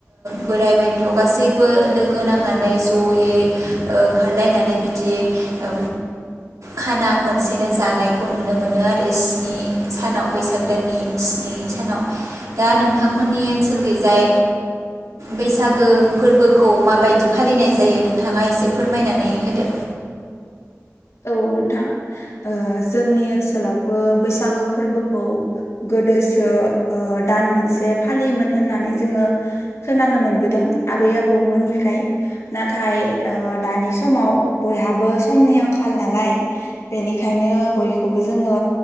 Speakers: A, on the right (about 80°); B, on the left (about 60°).
A: बोराइ बेन्थ' गासैबो लोगो नांनानै ज'यै ओंखारलायनानै बिदि ओ खाना खनसेनो जानायखौ नुनो नुनो मोनो आरो स्नि सानाव बैसाग दाननि स्नि सानाव दा नोंथांमोननि ओनसोल गैजाय बैसागो फोरबोखौ माबायदि फालिनाय जायो नोंथाङा एसे फोरमायनानै होदो
B: औ नोंथां ओ जोंनि ओनसोलावबो बैसागो फोरबोखौ गोदोसो ओ दान मोनसे फालियोमोन होननानै जोङो खोनानो मोनबोदों आबै आबौमोननिफ्राय नाथाय ओ दानि समाव बयहाबो समनि आंखाल। फाल नालाय बेनिखायनो बयखौबो जोङो